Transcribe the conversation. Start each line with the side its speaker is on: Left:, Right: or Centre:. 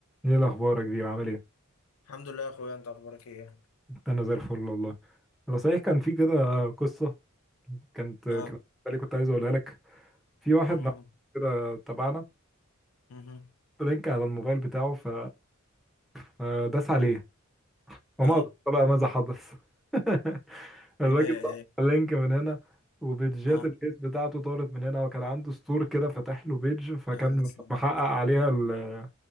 Centre: ايه الاخبار يا كبير عامل ايه
Left: الحمد لله يا اخويا انت اخبارك ايه
Centre: انا زي الفل والله انا صحيح كان في كده قصه كانت كده
Left: اه
Centre: بالي كنت عايز اقولها لك في واحد
Left: مم.
Centre: نعم كده تبعنا
Left: مهم.
Centre: لينك على الموبايل بتاعه ف... فداس عليه وما
Left: اه
Centre: أدرك بقى ماذا حدث <laughs> الراجل
Left: ايه
Centre: ضغط على اللينك من هنا وبيدجات
Left: اه
Centre: الفيس بتاعته طارت من هنا وكان عنده ستور كده فتح له بيدج فكان
Left: يا سلام
Centre: محقق عليها ال-